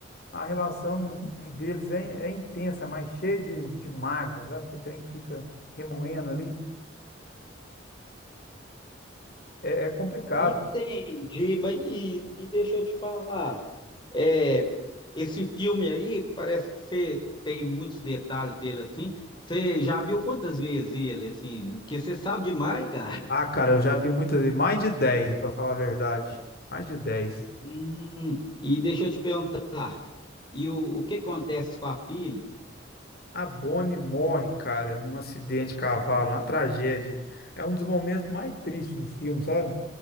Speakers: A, on the left; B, on the left.
A: A relação deles é, é intensa, mas cheia de, de mágoa, sabe? Que trem que fica remoendo ali. É, é complicado.
B: Entendi, mas e, e deixa eu te falar, é, esse filme aí parece que você tem muitos detalhes dele assim. Você já viu quantas vezes ele assim? Porque você sabe demais, cara.
A: Ah, cara, eu já vi muitas vezes, mais de 10, pra falar a verdade. Mais de 10.
B: Hum, e deixa eu te perguntar, e o, o que acontece com a filha?
A: A Bonnie morre, cara, num acidente de cavalo, uma tragédia. É um dos momentos mais tristes do filme, sabe?